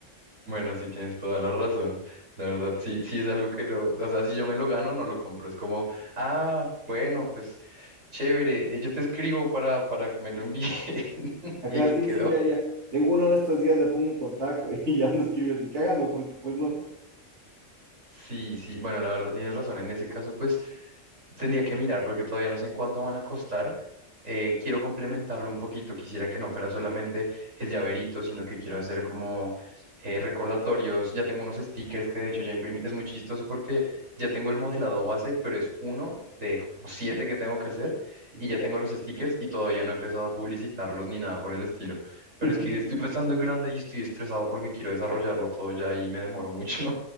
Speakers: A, on the right; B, on the right.
A: Bueno, sí tienes toda la razón. La verdad, sí, sí es algo que no, o sea, si yo me lo gano, no lo compro. Es como, ah, bueno, pues chévere, eh, yo te escribo para, para que me lo envíes. <laughs>
B: Ajá,
A: Y ahí se
B: sí,
A: quedó.
B: sí, ya, ya. De uno de estos días le pongo en contacto <laughs> y ya no escribes ni cagando porque pues no.
A: Sí, sí, bueno, la verdad tienes razón. En ese caso, pues tendría que mirar porque todavía no sé en cuánto van a costar. Eh, quiero complementarlo un poquito. Quisiera que no fuera solamente el llaverito, sino que quiero hacer como eh, recordatorios. Ya tengo unos stickers que de hecho ya imprimí. Es muy chistoso porque ya tengo el modelado base, pero es uno de como siete que tengo que hacer
B: Ya.
A: y ya tengo los stickers y todavía no he empezado a publicitarlos ni nada por el estilo. Pero
B: <laughs>
A: es que estoy pensando en grande y estoy estresado porque quiero desarrollarlo todo ya y me demoro mucho.